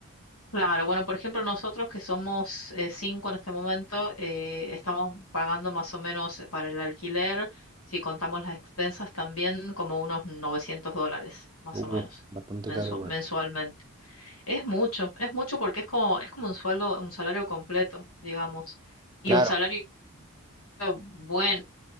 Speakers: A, on the left (about 85°); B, on the right (about 20°).
A: Claro, bueno, por ejemplo, nosotros que somos eh, cinco en este momento, eh, estamos pagando más o menos eh, para el alquiler, si contamos las expensas también, como unos 900 dólares, más
B: Uh,
A: o menos,
B: bastante
A: mensu-
B: caro igual.
A: mensualmente. Es mucho, es mucho porque es como, es como un sueldo, un salario completo, digamos, y
B: Claro.
A: un salario bueno,